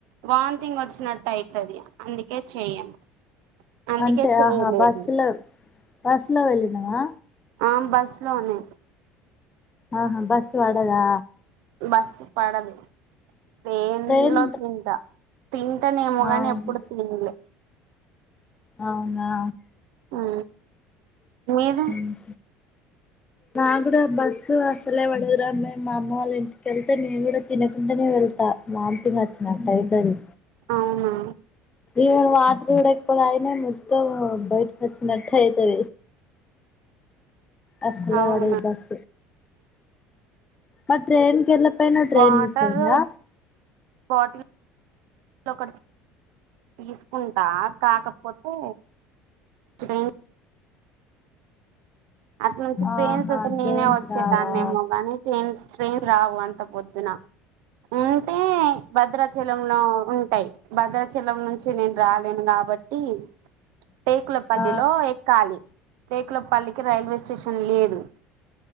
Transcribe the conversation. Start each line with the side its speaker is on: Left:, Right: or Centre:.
Right: వామ్తింగ్ వచ్చినట్ట్ అయ్ తది అందుకే చెయ్యను అందుకే
Left: అంటే
Right: చేయలేదు
Left: ఆహా బస్సులో బస్ లో వెళ్ళినవా
Right: ఆం బస్ లోనే
Left: ఆహా బస్సు వడదా
Right: బస్ పడదు ట్రేన్
Left: ట్రైన్
Right: లో తింటా తింటనేమోగాని
Left: అవును
Right: ఎప్పుడు తినలే
Left: అవునా
Right: ఆ మీరు
Left: మ్మ్ నా కూడా బస్సు అసలే పడదు రా మేం మా అమ్మ వాళ్ళ ఇంటికెళ్తే నేను కూడా తినకుండనే వెళ్తా వాంతింగ్ వచ్చినట్టు అయితది
Right: అవునా
Left: మ్మ్ వాటర్ కూడా ఎక్కువ తగ్గిన మొత్తం బయటకి వచ్చినట్టు అయితది అసలే
Right: అవునా
Left: పడదు బస్ మరి ట్రైన్ కి ఎలా పోయిన ట్రైన్
Right: వాటర్
Left: మిస్ అయిందా
Right: బాటిల్ ఒకటి తీసుకుంటా కాకపోతే ట్రేన్ అటు నుంచి ట్రైన్స్
Left: ఆహా
Right: వస్తె నేనే
Left: ట్రైన్స్
Right: వచ్చేదాన్నేమో
Left: రావా
Right: గాని ట్రైన్స్ ట్రైన్స్ రావు అంత పొద్దున ఉంటే భద్రాచలంలో ఉంటాయి భద్రాచలం నుంచి నేను రాలేను కాబట్టి టేకులపల్లిలో
Left: ఆ
Right: ఎక్కాలి టేకులపల్లికి రైల్వే స్టేషన్ లేదు